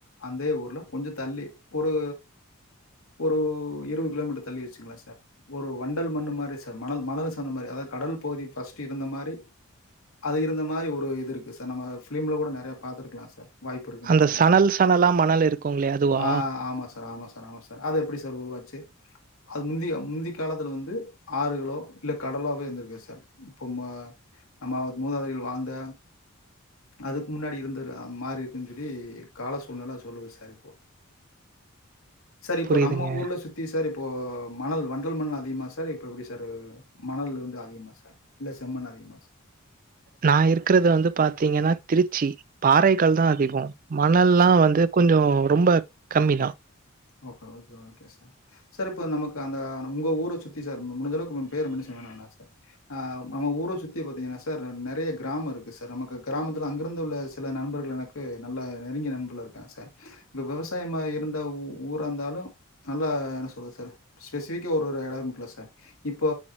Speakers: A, on the left (about 70°); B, on the right (about 40°).
A: அந்தே ஊர்ல கொஞ்சோ தள்ளி ஒரு ஒரு இருவது கிலோமீட்டர் தள்ளி வெச்சிக்ளா சார் ஒரு வண்டல் மண்ணு மாரி ஒரு வண்டல் மண்ணு மாரி சார் மணல் மணலு சாந்த மாரி அதாது கடல் பகுதி ஃபர்ஸ்ட்டு இருந்த மாரி அது இருந்த மாரி ஒரு இது இருக்கு சார் நம்ம ஃபிலிம்ல கூட நறைய பாத்திருக்கலா சார் வாய்ப்பு இருக்குன்னு
B: அந்த
A: நெனைக்கிறே
B: சணல்
A: சார்
B: சணலா மணல் இருக்குங்களே அதுவா?
A: ஆ ஆமா சார் ஆமா சார் ஆமா சார் அது எப்டி சார் உருவாச்சி அது முந்திய முந்தி காலத்துல வந்து ஆறுகளோ இல்ல கடலாவே இருந்திருக்கு சார் இப்போ ம நம்ம மூதாதியர்கள் வாழ்ந்த அதுக்கு முன்னாடி இருந்துற மாரி இருக்குன்னு சொல்லி கால சூழ்நெல அது சொல்லுது சார் இப்போ சார் இப்போ
B: புரியுதுங்க.
A: நம்ம ஊர்ல சுத் தி சார் இப்போ மணல் வண்டல் மண்லா அதிகமா சார் இப்ப எப்டி சார் ஆ மணல் வந்து அதிகமா சார் இல்ல செம்மண்ணு அதிகமா சார்
B: நா இருக்கறது வந்து பாத்தீங்கன்னா திருச்சி பாறைகள் தா அதிகோ மணல்லா
A: சார்?
B: வந்து கொஞ்சோ ரொம்போ கம்மி தா
A: ஓகோ ஓகே ஓகே சார் சார் இப்ப நமக்கு அந்த உங்க ஊர சுத்தி சார் மு முடிஞ்சளவுக்கு உங்க பேர மென்ஷன் பண்ண வேணா சார் ஆ நம்ம ஊர சுத்தி பாத்தீங்கனா சார் நறைய கிராமோ இருக்கு சார் நமக்கு கிராமத்துல அங்கிருந்து உள்ள த்துல நண்பர்கள் எனக்கு நல்ல நெருங்கிய நண்பர்கள்லா இருக்காங்க சார் இந்த விவசாயமா இருந்த ஊ ஊரா இந்தாலு நல்லா என்ன சொல்றது சார் ஸ்பெசிஃபிக்கா ஒரு ஒரு எடோ இருகுமுல்ல சார் இப்போ